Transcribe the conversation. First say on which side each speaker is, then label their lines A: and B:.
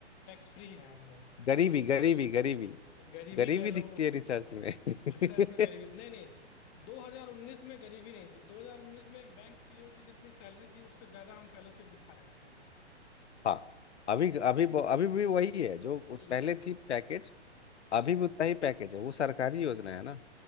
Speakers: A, on the left; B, on the left.
A: टैक्स फ्री है हम लोग
B: गरीबी गरीबी गरीबी
A: गरीबी
B: गरीबी
A: कह लो
B: दिखती है रिसर्च में <laughs>
A: रिसर्च में गरीबी नहीं नहीं 2019 में गरीबी नहीं थी 2019 में एक बैंक पीओ की जितनी सैलरी थी उससे ज्यादा हम फेलोशिप उठा रहे थे
B: हाँ अभी अभी अभी भी वही है जो उस-
A: ल-
B: पहले थी पैकेज
A: हाँ
B: अभी भी उतना ही पैकेज है वो सरकारी योजना है ना